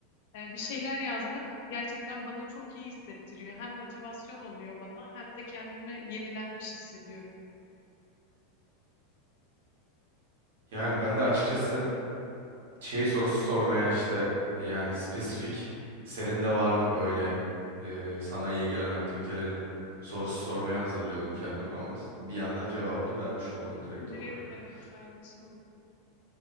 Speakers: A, on the left; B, on the right.
A: e, bir şeyler yazmak gerçekten bana çok iyi hissettiriyor. Hem motivasyon oluyor bana hem de kendimi yenilenmiş hissediyorum.
B: Yani ben de açıkçası şey sorusu sormaya işte yani spesifik senin de var mı böyle e, sana iyi gelen aktivitelerin sorusu sormaya hazırlıyordum kendimi ama bir yandan cevabını vermiş oldun direkt
A: Direkt
B: olarak.
A: evet vermiş oldum.